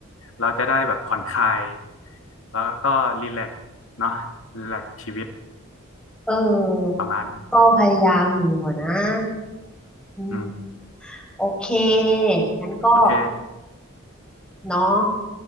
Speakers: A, on the left; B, in the centre.
A: เราจะได้แบบผ่อนคลายแล้วก็รีแลกซ์เนาะรีแลกซ์ชีวิต
B: เออ
A: ประมาณนี้
B: ก็พยายามอยู่อะนะอืม
A: อืม
B: โอเคงั้นก็
A: โอเค
B: เนาะ